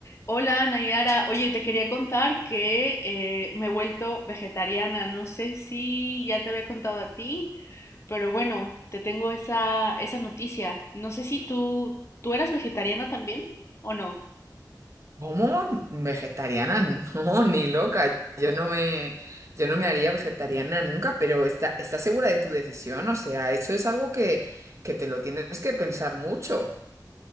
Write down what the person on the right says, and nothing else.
¿Cómo? ¿Vegetariana? <laughs> No, ni loca. Yo no me, yo no me haría vegetariana nunca, pero está, ¿estás segura de tu decisión? O sea, eso es algo que, que te lo tienes que pensar mucho.